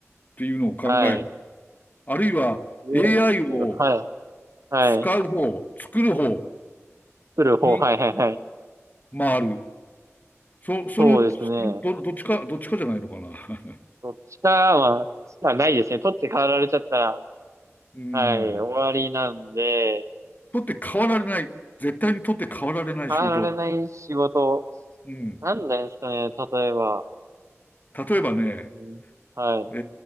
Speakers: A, on the left (about 35°); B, on the right (about 75°).
A: ていうのを考える。
B: はい。
A: あるいは
B: おーはい。
A: AI を
B: はい。
A: 使う方、作る方
B: 取る方、
A: に
B: はいはいはい。
A: 回る。そ、その、
B: そうですね。
A: そのど、どっちか、どっちかじゃないのかな。
B: どっちかは、まあ、ないですね。取って変わられちゃったら、
A: <laughs> う
B: はい、
A: ん。
B: 終わりなんで、
A: 取って変わられない。絶対に取って変わられない仕事。
B: 変わられない仕事、
A: うん。
B: なんなんですかね、例えば。
A: 例えばね、
B: うん、はい。
A: え